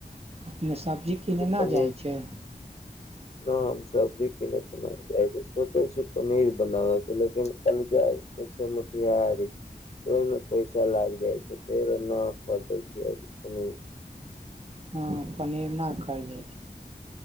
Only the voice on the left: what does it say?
पनीर
न हम सबजी कनेय तऽना जाइ छै, सोचै छी पनीर बनाबयके लेकिन कल जाइके छै मोतिहारी तऽ, ओहिमे पैसा लागि जाइ छै, ताहि नहि खरीदै छिय अभी पनीर।